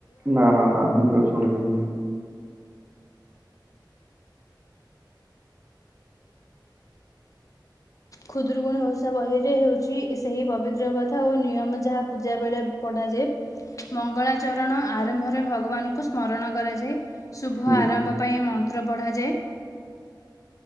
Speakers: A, on the right; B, on the left.
A: ନା ନା ନା ମୁଁ କେବେ ଶୁଣିନି।
B: ଖୁଦୁରୁକୁଣୀ ଓଷା ବହିରେ ହେଉଚି ସେହି ପବିତ୍ର କଥା ଓ ନିୟମ ଯାହା ପୂଜା ବେଳେ ପଢ଼ାଯାଏ। ମଙ୍ଗଳାଚରଣ ଆରମ୍ଭରେ ଭଗବାନଙ୍କୁ ସ୍ମରଣ କରାଯାଏ। ଶୁଭ
A: ହୁଁ
B: ଆରମ୍ଭ ପାଇଁ ମନ୍ତ୍ର ପଢ଼ାଯାଏ।